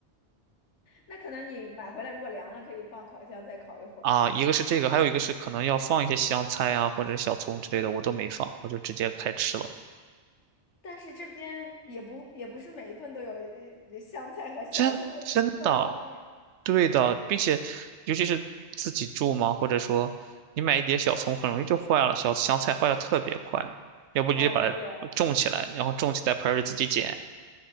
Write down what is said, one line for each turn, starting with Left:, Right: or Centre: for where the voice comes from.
Left: 那可能你买回来如果凉了，可以放烤箱再烤一会儿。
Right: 啊。一个是这个，还有一个是可能要放一些香菜啊，或者是小葱之类的，我都没放，我就直接开吃了。
Left: 但是这边也不也不是每一顿都有呃香菜和小葱那么那么方便。
Right: 真真的，对的，并且尤其是自己住嘛，或者说你买一碟小葱，很容易就坏了，小香菜坏的特别快，要不你就把它种起来，
Left: 嗯，对啊。
Right: 然后种起在盆儿里自己捡